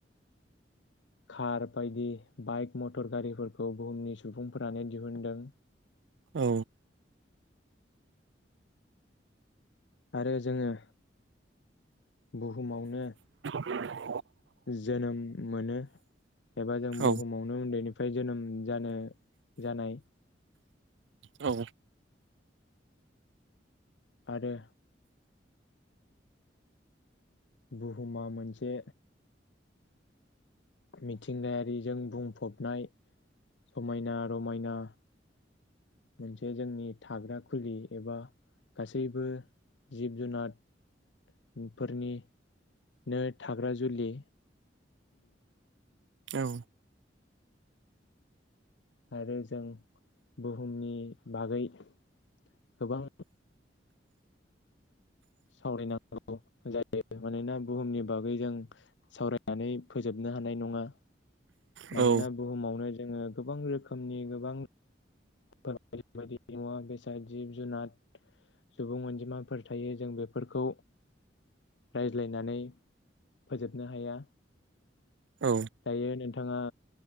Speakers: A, on the left; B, on the right.
A: खार बायदि बाइक मटर गारिफोरखौ बुहुमनि सुबुंफोरानो दिहुनदों
B: औ
A: आरो जोङो बुहुमावनो
B: उ <inaudible>
A: जोनोम मोनो एबा जों
B: औ
A: बुहुमावनो उन्दैनि फाय जोनोम जानो जानाय
B: औ
A: आरो बुहुमा मोनसे मिथिंगायारिजों बुंफबनाय समायना रमायना मोनसे जोंनि थाग्रा खुलि एबा गासैबो जिब जुनादफोरनिनो थाग्रा जुलि
B: औ
A: आरो जों बुहुमनि बागै गोबां सावरायनांगौ जायो मानोना बुहुमनि बागै जों सावरायनानै फोजोबनो हानाय नङा
B: औ
A: मानोना बुहुमावनो जोङो गोबां रोखोमनि गोबां बायदि बायदि मुवा बेसाद जिब जुनाद सुबुं अनजिमाफोर थायो जों बे फोरखौ रायज्लायनानै फोजोबनो हाया
B: औ
A: दायो नोंथां थाङा